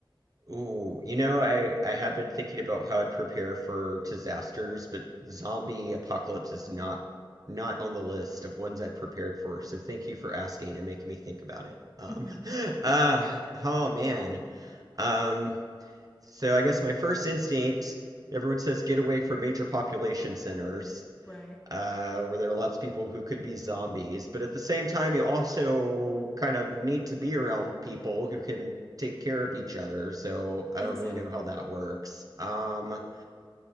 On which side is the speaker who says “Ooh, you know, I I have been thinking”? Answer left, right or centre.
Right